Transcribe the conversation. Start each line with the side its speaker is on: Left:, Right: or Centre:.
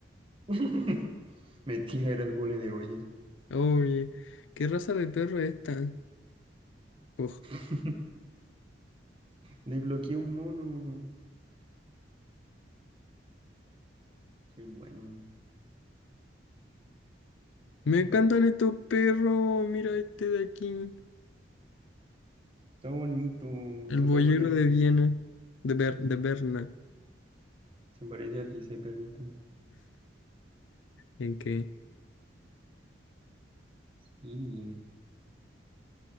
Right: <laughs> mentira, era el mole de olla.
Left: <laughs> Oye, ¿qué raza de perro es esta? Uf,
Right: <laughs> Desbloqueé un mono. Soy bueno.
Left: me encantan
Right: Hmm.
Left: estos perros. Mira este de aquí.
Right: Está bonito.
Left: El
Right: Se
Left: boyero
Right: parece a
Left: de
Right: ti.
Left: Viena. De, Ber- de Berna.
Right: Se parece a ti ese perrito.
Left: ¿En qué?
Right: Y,